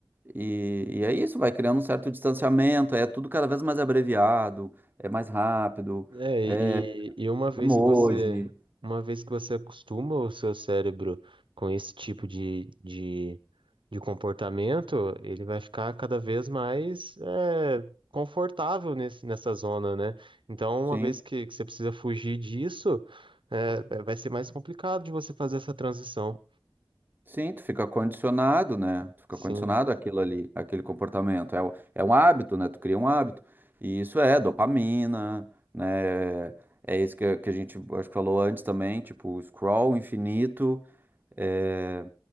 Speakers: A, on the right (about 25°); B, on the right (about 85°).
A: e, e é isso, vai criando um certo distanciamento, é tudo cada vez mais abreviado, é mais rápido,
B: É, e,
A: é
B: e uma vez
A: emoji.
B: que você, uma vez que você acostuma o seu cérebro com esse tipo de, de, de comportamento, ele vai ficar cada vez mais é, confortável nesse, nessa zona, né? Então,
A: Sim.
B: uma vez que, que você precisa fugir disso, é, é, vai ser mais complicado de você fazer essa transição.
A: Sim, tu fica condicionado, né? Tu fica
B: Sim.
A: condicionado àquilo ali, àquele comportamento. É, o- é um hábito, né? Tu cria um hábito. E isso é dopamina, né? É isso que, a- que a gente acho que falou antes também, tipo, o scroll infinito. é,